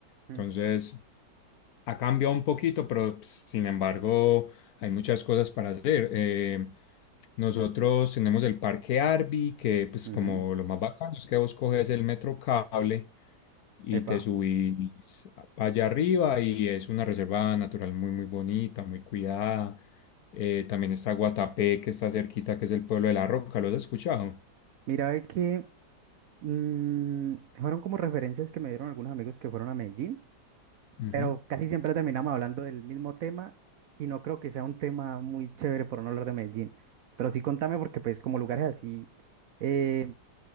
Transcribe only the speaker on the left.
Entonces,
ha cambiado un poquito, pero ps, sin embargo hay muchas cosas para hacer. Eh, nosotros tenemos el Parque Arby, que pues
como lo más bacano es que vos coges el metro cable y
te subís para allá arriba y es una reserva natural muy muy bonita, muy cuidada. Eh, también está Guatapé, que está cerquita, que es el pueblo de La Roca. ¿Lo has escuchado?
Ujú.